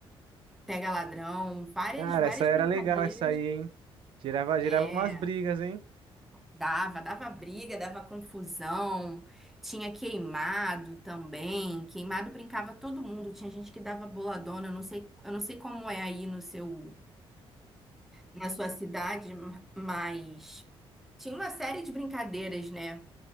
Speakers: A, in the centre; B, on the right.
A: pega-ladrão, várias,
B: Cara,
A: várias
B: essa era
A: brincadeiras.
B: legal, essa aí, hein? Girava, girava
A: É.
B: umas brigas, hein?
A: Dava, dava briga, dava confusão. Tinha queimado também. Queimado brincava todo mundo. Tinha gente que dava boladona. Eu não sei, eu não sei como é aí no seu, na sua cidade, mas tinha uma série de brincadeiras, né?